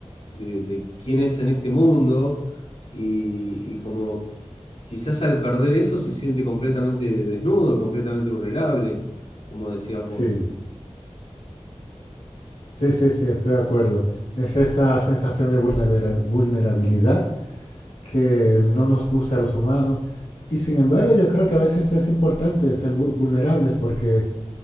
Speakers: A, on the left (about 60°); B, on the left (about 80°).
A: de, de quién es en este mundo y, y como quizás al perder eso se siente completamente desnudo, completamente vulnerable, como decías vos.
B: Sí, sí, sí, sí, estoy de acuerdo. Es esa sensación de vulnera- vulnerabilidad que no nos gusta a los humanos. Y sin embargo, yo creo que a veces es importante ser vu- vulnerables porque